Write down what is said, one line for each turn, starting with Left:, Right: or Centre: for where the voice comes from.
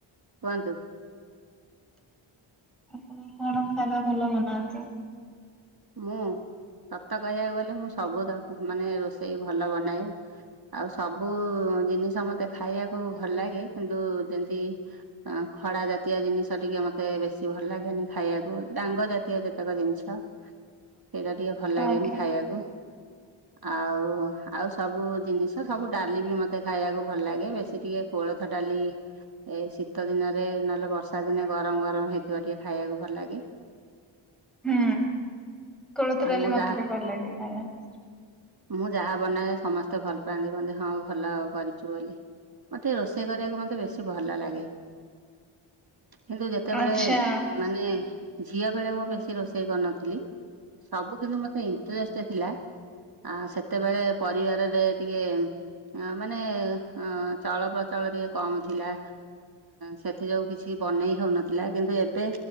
Right: କୁହନ୍ତୁ।
Centre: ଆପଣ କଣ ଖାଇବା ଭଲ ବନାନ୍ତି?
Right: ମୁଁ ସତ କହିବାକୁ ଗଲେ ମୁଁ ସବୁ ତାକୁ ମାନେ ରୋଷେଇ ଭଲ ବନାଏ। ଆଉ ସବୁ ଜିନିଷ ମତେ ଖାଇବାକୁ ଭଲ ଲାଗେ କିନ୍ତୁ ଯେମତି ଅ ଖଡ଼ା ଜାତୀୟ ଜିନିଷ ଟିକେ ମତେ ବେଶି ଭଲ ଲାଗେନି ଖାଇବାକୁ। ଡାଙ୍ଗ ଜାତୀୟ ଯେତେକ ଜିନିଷ ସେଇଟା ଟିକେ ଭଲ ଲାଗେନି
Centre: ଆଜ୍ଞା
Right: ଖାଇବାକୁ। ଆଉ ଆଉ ସବୁ ଜିନିଷ ସବୁ ଡାଲି ବି ମତେ ଖାଇବାକୁ ଭଲ ଲାଗେ। ବେଶୀ ଟିକେ କୋଳଥ ଡାଲି ଏ ଶୀତ ଦିନରେ ନହେଲେ ବର୍ଷା ଦିନେ ଗରମ ଗରମ ହେଇଥିବ ଟିକେ ଖାଇବାକୁ ଭଲ ଲାଗେ।
Centre: ହୁଁ କୋଳଥ
Right: ଆଉ
Centre: ଡାଲି
Right: ମୁଁ
Centre: ମତେ
Right: ଯାହା
Centre: ବି ଭଲ ଲାଗେ ଖାଇବାକୁ।
Right: ମୁଁ ଯାହା ବନାଏ ସମସ୍ତେ ଭଲ ପାଆନ୍ତି ବ ହଁ ଭଲ କରିଛୁ ବୋଲି ମୋତେ। ରୋଷେଇ କରିବାକୁ ମତେ ବେଶୀ ଭଲ ଲାଗେ। କିନ୍ତୁ ଯେତେବେଳେ
Centre: ଆଚ୍ଛା
Right: ମାନେ ଝିଅ ବେଳେ ମୁଁ ବେଶୀ ରୋଷେଇ କରିନଥିଲି। ଥିଲି ସବୁ କିନ୍ତୁ ମତେ ଇନ୍ତ୍ରେଷ୍ଟ ଥିଲା। ଆ ସେତେବେଳେ ପରିବାରରେ ଟିକେ ଆ ମାନେ ହ ଚଳ ପ୍ରଚଳ ଟିକେ କମ ଥିଲା। ସେଥିଯୋଗୁଁ କିଛି ବନେଇ ହେଉନଥିଲା କିନ୍ତୁ ଏବେ